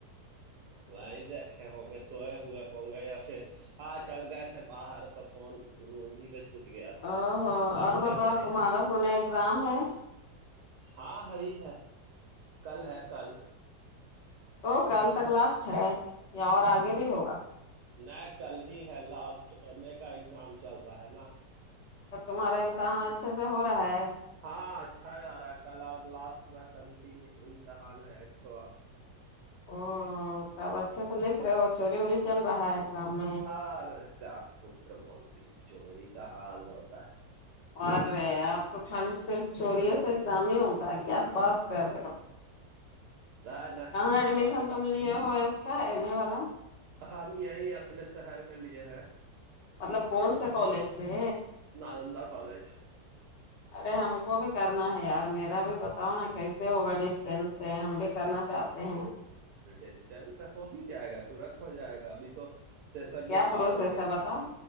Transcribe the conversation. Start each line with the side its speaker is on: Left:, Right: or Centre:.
Right: بائی دیکھے ہوں گے سوئے ہوئے ہوں گے یا پھر ہاں چل گئے تھے باہر تو فون روم ہی پہ چھوٹ گیا تھا
Left: او ہ
Right: کمرے
Left: اور بتاؤ
Right: میں ہی
Left: تمہارا سنا ایگزام ہے
Right: ہاں ہےی ہے کل ہے کل
Left: تو کل تک لاسٹ ہے یا اور آگے بھی ہوگا
Right: ن کل ہی ہے لاسٹ ایم اے کا ایگزام چل رہا ہے نا
Left: تب تمہارا امتحان اچھے سے ہو رہا ہے
Right: ہاں اچھا جا رہا ہے کل اور لاسٹ بسنتی میں امتحان ہےٹھوا
Left: او تب اچھے سے لکھ رہے ہو چوری ووری چل رہا ہے گام میں
Right: آر کا کفر بولتی ہے چوری کا ہاب ہوتا ہے
Left: اوررے آپ تو کالی صرف چوریے سے ایک دام ہی ہوتا کیاپ بات کر رہے ہو
Right: نہ نہ
Left: کہاں ایڈمیشن
Right: ہمارے
Left: تم
Right: تو
Left: لیے ہو اس کا ایم ا والا
Right: ہم یہیں اپنے شہر میں لیے ہیں
Left: مطلب کون سے کالج تھے
Right: نالندہ کالج
Left: ارے ہم کو بھی کرنا ہے یار میرا بھی پتاؤ نا کیسے ہوگا ڈسٹینس سے ہم بھی کرنا چاہتے ہیں
Right: ڈسٹینس ہو ہی جائے گا ترت ہو جائے گا ابھی تو سیشن
Left: کیا
Right: بھی
Left: پروسیس
Right: پار ہو گیا
Left: ہے بتاؤ